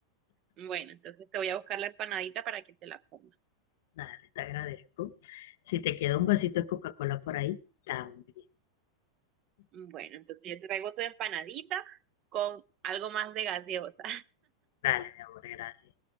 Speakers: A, on the right; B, on the left.
A: Bueno, entonces te voy a buscar la empanadita para que te la comas.
B: <laughs> Dale, te agradezco. Si te queda un vasito de Coca-Cola por ahí, también.
A: Bueno, entonces yo te traigo tu empanadita con algo más de gaseosa.
B: Dale, mi amor, gracias.